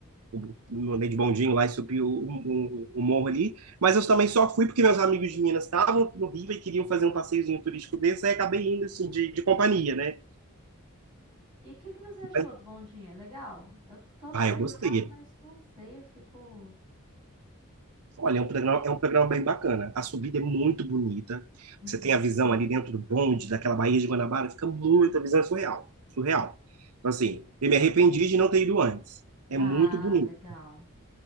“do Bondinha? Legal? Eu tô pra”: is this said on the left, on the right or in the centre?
Right